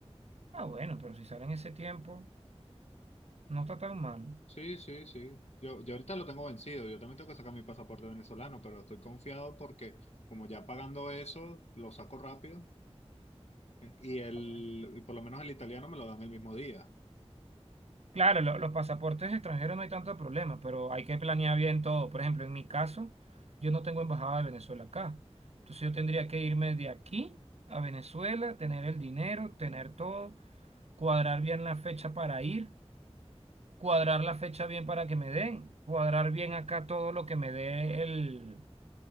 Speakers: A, on the right; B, on the left.
A: Ah, bueno, pero si sale en ese tiempo, no está tan mal.
B: Sí, sí, sí. Yo, yo ahorita lo tengo vencido. Yo también tengo que sacar mi pasaporte venezolano, pero estoy confiado porque como ya pagando eso, lo saco rápido. Y el,
A: Ah, bueno.
B: y por lo menos el italiano me lo dan el mismo día.
A: Claro, lo- los pasaportes extranjeros no hay tanto problema, pero hay que planear bien todo. Por ejemplo, en mi caso, yo no tengo embajada de Venezuela acá. Entonces yo tendría que irme de aquí a Venezuela, tener el dinero, tener todo, cuadrar bien la fecha para ir, cuadrar la fecha bien para que me den, cuadrar bien acá todo lo que me dé el,